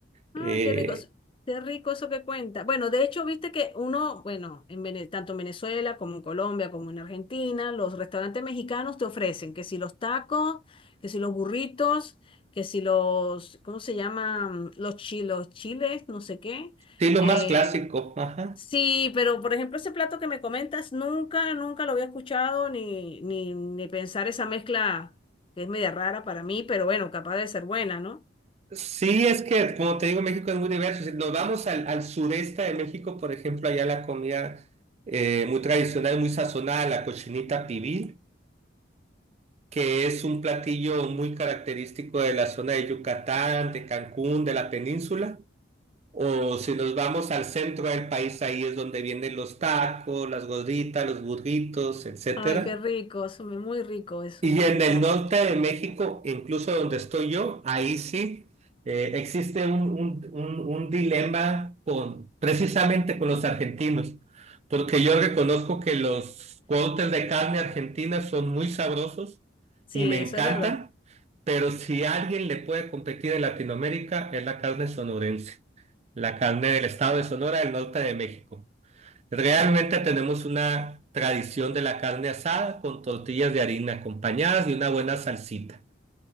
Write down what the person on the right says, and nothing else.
Eh,
sí, lo
más clásico, ajá.
Sí, es que, como te digo, México es muy diverso. Si nos vamos al, al sureste de México, por ejemplo, allá la comida eh, muy tradicional, muy sazonada, la cochinita pibil, que es un platillo muy característico de la zona de Yucatán, de Cancún, de la península. O si nos vamos al centro del país, ahí es donde vienen los tacos, las gorditas, los burritos, etcétera.
Y en
el norte de México, incluso donde estoy yo, ahí sí eh, existe un, un- un- un dilema con, precisamente con los argentinos, porque yo reconozco que los cortes de carne argentina son muy sabrosos
y me encantan,
pero si alguien le puede competir en Latinoamérica es la carne sonorense, la carne del estado de Sonora, del norte de México. Realmente tenemos una tradición de la carne asada con tortillas de harina acompañadas de una buena salsita.